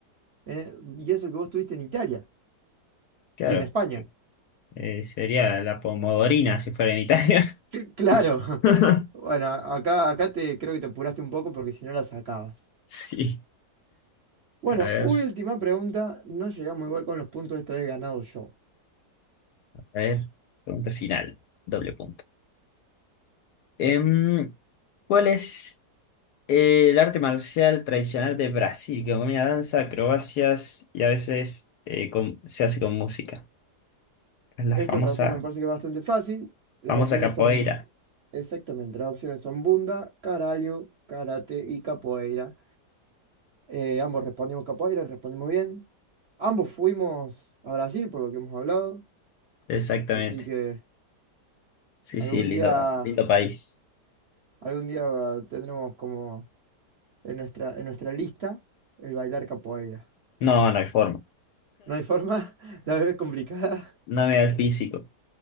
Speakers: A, on the right; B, on the left.
A: Eh, y eso que vos estuviste en Italia
B: Claro,
A: y en España.
B: Eh, sería la pomodorina si fuera en Italia.
A: Cl- Claro. <laughs>
B: <laughs>
A: Bueno, acá, acá te creo que te apuraste un poco porque si no la sacabas.
B: Sí.
A: Bueno,
B: A ver,
A: última pregunta. No llegamos igual con los puntos, esta vez he ganado yo.
B: a ver. Pregunta final. Doble punto. Em, ¿cuál es eh, el arte marcial tradicional de Brasil? Que combina danza, acrobacias y a veces eh, con- se hace con música. Es la
A: Esto,
B: famosa,
A: en respeto, me parece que es bastante fácil. Las
B: famosa
A: opciones
B: capoeira.
A: son, exactamente, las opciones son Bunda, Caralho, Karate y Capoeira. Eh, ambos respondimos Capoeira, respondimos bien. Ambos fuimos a Brasil, por lo que hemos hablado.
B: Exactamente.
A: Así que
B: Sí,
A: algún
B: sí, lindo,
A: día,
B: lindo país.
A: algún día ah, tendremos como en nuestra, en nuestra lista el bailar Capoeira.
B: No, no hay forma.
A: ¿No hay forma? <laughs> La vez es complicada.
B: No me da el físico.